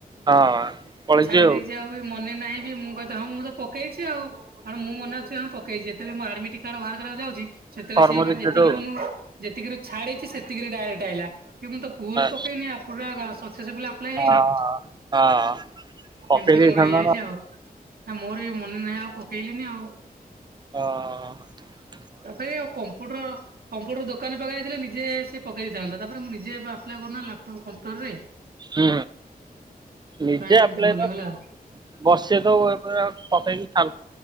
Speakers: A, on the right; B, on the right.
A: ହଁ ପଳେଇଛି
B: ଛାଡି ଦେଇଛି ଆଉ ବି ମନେ ନାହିଁ ବି ମୁଁ କଦ ହଁ ମୁଁ ତ ପକେଇଛି ଆଉ। ଆଣ ମୁଁ ମନେ ଅଛି ହଁ ପକେଇଛି ଯେତବେଳେ ମୁଁ ଆଡମିଟ କାର୍ଡ ବାହାର କରିବାକୁ ଯାଉଛି ସେତେବେଳେ
A: ଫର୍ମ
B: ସେଇ ମାନେ
A: ରିଜେକ୍ଟ
B: ଯେତିକିରୁ
A: ଆଉ
B: ମୁଁ ଯେତିକିରୁ ଛାଡିଛି ସେତିକି ଡାଇରେକ୍ଟ୍ ଆଇଲା କି ମୁଁ ତ ପୁଲ ପକେଇନି
A: ହଁ
B: ପୁରା ସକ୍ସେସଫୁଲି ଆପ୍ଲାଏ ହେଇନି।
A: ହଁ ହଁ ପକେଇ
B: ଏମିତି
A: ଦେଇଥାନ୍ତ
B: ମୋର ହେଇଯାଇଛି
A: ନା
B: ଆଉ ମୋର ଏ ମନେ ନାହିଁ ଆଉ ପକେଇଲିନି ଆଉ।
A: ହ ଅ
B: ତା ପାଇଁ ଆଉ କମ୍ପୁଟର କମ୍ପୁଟର ଦୋକାନରେ ପାଖରେ ନିଜେ ସେ ପକେଇ ଦେଇଥାନ୍ତା ତାପରେ ମୁଁ ନିଜେ ଆପ୍ଲାଏ କଲିନା ଲାପଟପ କମ୍ପୁଟରରେ
A: ହୁଁ ନିଜେ
B: ଏମିତି
A: ଆପ୍ଲାଏ
B: ଭୁଲ ହେଇଗଲା ଆଉ।
A: ବସେ ତ ପକେଇକି